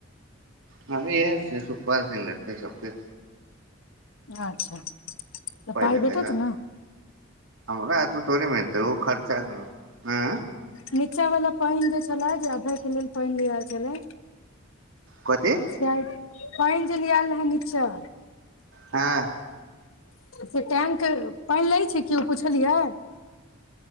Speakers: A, on the right; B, on the left.
A: हाँ यह सुखपाल सिंह लतै छे
B: अच्छा तऽ पाइ
A: देतै
B: भेटत
A: ने
B: ना
A: हमरा हाथमे थोड़े मिलतै ओ खर्चा हेतै ने
B: नीचा वाला पानि जे छलै जे अधाई क लेल पान लिया छले
A: कथी
B: से पानि जे लऽ आयल रहै, नीच्चाँ।
A: हाँ
B: से टैंक पाइन लै छै केओ पुछलियै